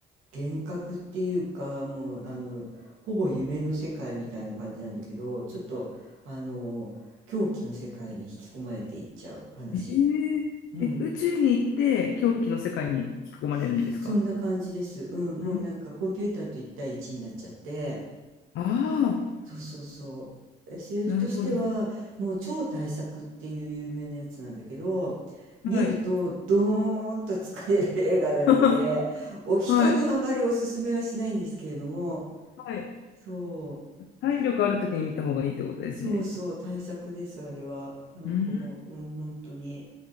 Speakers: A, on the right; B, on the left.
A: う、幻覚っていうか、もう、あの、ほぼ夢の世界みたいな感じなんだけど、ちょっと、あの、狂気の世界に引き込まれていっちゃう話。
B: ええ、
A: うん。
B: え宇宙に行って狂気の世界に引き込まれるんですか
A: そんな感じです。うん。もうなんかコンピューターと1対1になっちゃって、
B: うんああ
A: そうそうそう。SF
B: ー、なるほど。
A: としては、もう超大作っていう有名なやつなんだけど、見るとドーンと疲れる映画なので、
B: はい。<laughs>
A: お人にはあまりおすすめはしないんですけれども、
B: はい。はい。
A: そう、
B: 体力あるときに見た方がいいってことですね。
A: そうそう、大作です、あれは。なんかもう、
B: うん。
A: うん、本当に。